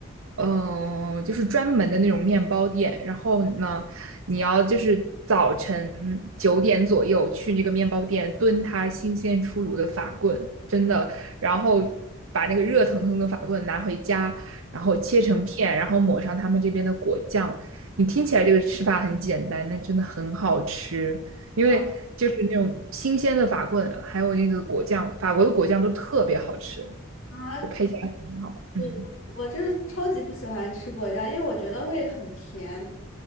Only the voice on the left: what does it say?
啊，
<laughs>
我我就是超级不喜欢吃果酱，
因为我觉得会很甜。